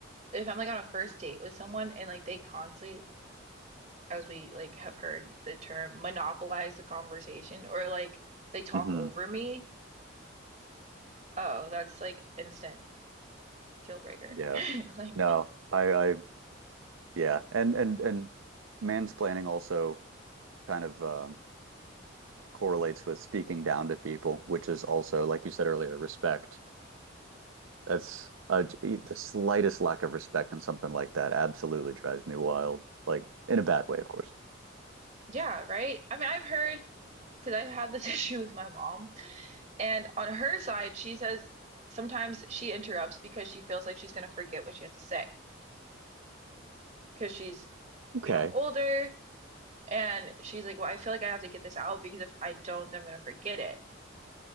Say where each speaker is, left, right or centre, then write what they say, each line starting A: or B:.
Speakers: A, on the right (about 35°); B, on the right (about 80°).
A: If I'm like on a first date with someone and like they constantly as we like have heard the term monopolize the conversation or like they talk
B: hmm
A: over me, oh, that's like instant deal breaker.
B: Yeah.
A: <laughs> Like,
B: No, I, I, yeah. And, and, and mansplaining also kind of um, correlates with speaking down to people, which is also, like
A: mm.
B: you said earlier, respect. That's uh, the slightest lack of respect in something like that absolutely drives me wild, like in a bad way, of course.
A: yeah, right? I mean, I've heard because I've had this <laughs> issue with my mom. And on her side, she says sometimes she interrupts because she feels like she's going to forget what she has to say because she's,
B: Okay.
A: you know, older and she's like, "Well, I feel like I have to get this out because if I don't, then I'm going to forget it."